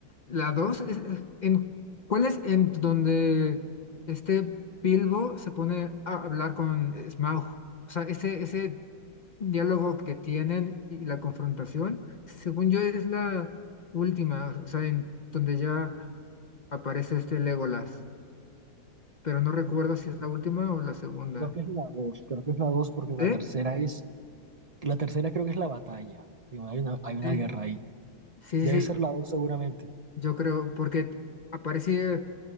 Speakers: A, on the left (about 35°); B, on the right (about 50°).
A: la 2 es- es- en, ¿cuál es en donde este Bilbo se pone a hablar con Smaug? O sea, ese, ese diálogo que tienen y la confrontación, según yo, es la última, o sea, en donde ya aparece este Legolas, pero no recuerdo
B: Y cre-
A: si es la última o la segunda.
B: Creo que es la dos, creo que es la dos, porque la
A: ¿Sí?
B: tercera es, la tercera creo que es la batalla, y hay una, hay una
A: Sí,
B: guerra ahí.
A: sí,
B: Debe
A: sí,
B: ser la dos seguramente.
A: yo creo, porque aparece